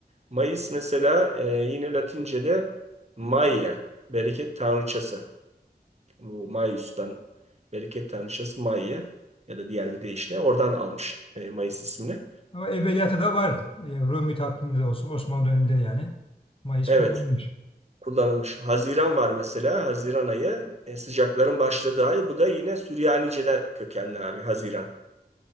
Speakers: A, on the right; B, on the left.
A: Mayıs mesela e, yine Latince'de Maia, bereket tanrıçası. Bu Maius'tan bereket tanrıçası Mai'ye ya da diğer bir deyişle oradan almış e, Mayıs ismini.
B: Ama evveliyatı da var. E, Rumi takviminde de olsun Osmanlı döneminde de yani Mayıs
A: Evet
B: kullanılmış.
A: kullanılmış. Haziran var mesela. Haziran ayı e, sıcakların başladığı ay. Bu da yine Süryanice'den kökenli abi Haziran.